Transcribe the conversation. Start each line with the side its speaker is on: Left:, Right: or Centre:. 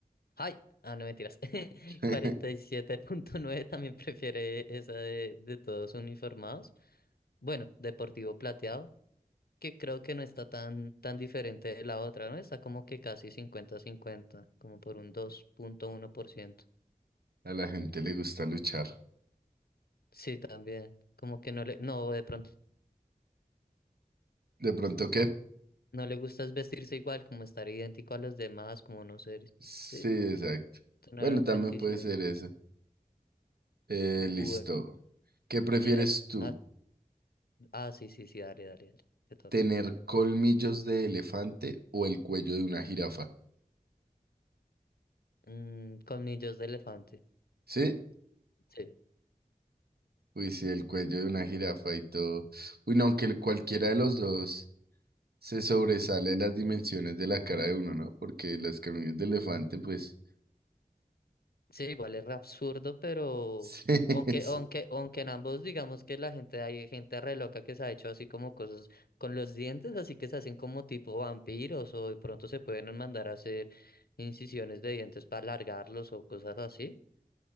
Left: ¡Ay! Ah, no mentiras. <laughs>
Right: <laughs>
Left: 47.9 también prefiere esa de, de todos uniformados. Bueno, deportivo plateado. que creo que no está tan, tan diferente de la otra, ¿no? Está como que casi cincuenta cincuenta como por un dos punto uno por ciento
Right: A la gente le gusta luchar.
Left: Sí, también. Como que no le, no, de pronto
Right: ¿De pronto qué?
Left: no le gusta es vestirse igual, como estar idéntico a los demás, como no ser,
Right: Sí,
Left: sí,
Right: exacto.
Left: como tener
Right: Bueno,
Left: autenticidad.
Right: también puede ser eso. Eh,
Left: Bueno,
Right: listo. ¿Qué prefieres
Left: mira, es,
Right: tú?
Left: ah, ah, sí, sí, sí, dale, dale, dale, te toca.
Right: ¿Tener colmillos de elefante o el cuello de una jirafa?
Left: Mm, colmillos de elefante,
Right: ¿Sí?
Left: sí.
Right: Uy, sí, el cuello de una jirafa y todo. Uy, no, aunque el- cualquiera de los dos se sobresale las dimensiones de la cara de uno, ¿no? Porque las cráneos de elefante, pues. <laughs>
Left: Sí, igual es re absurdo, pero
Right: Sí,
Left: aunque,
Right: es-
Left: aunque, aunque en ambos digamos que la gente, hay gente re loca que se ha hecho así como cosas con los dientes, así que se hacen como tipo vampiros, o de pronto se pueden mandar a hacer incisiones de dientes para alargarlos o cosas así.